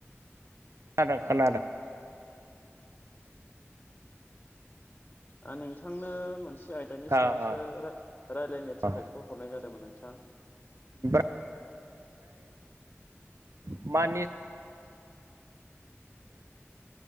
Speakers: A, on the right; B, on the left.
A: जादों खोनादों
B: आ नोंथांनो मोनसे आय दानि सायावसो
A: ओ ओ
B: रा रायलायनो थाखाय
A: ओ
B: कल हरनाय जादोंमोन नोंथां।
A: <unintelligible> मानि